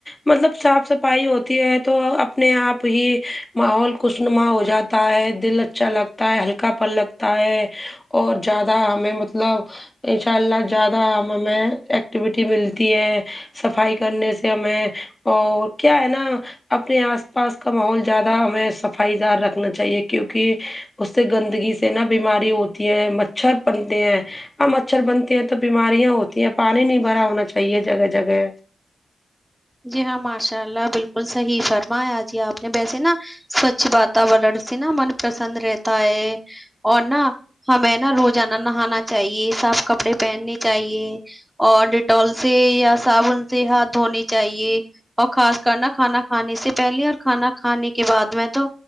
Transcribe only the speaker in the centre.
جی ہاں ماشاء اللہ بلکل صحیح فرمایا جی آپ نے ویسے نا سوچھ واتورن سے نا من پرسن رہتا ہے اور نہ ہمیں نا روزانہ نہانا چاہیے صاف کپڑے پہننے چاہیے اور ڈیٹال سے یا صابن سے ہاتھ دھونے چاہیے اور خاص کر نہ کھانا کھانے سے پہلے اور کھانا کھانے کے بعد میں تو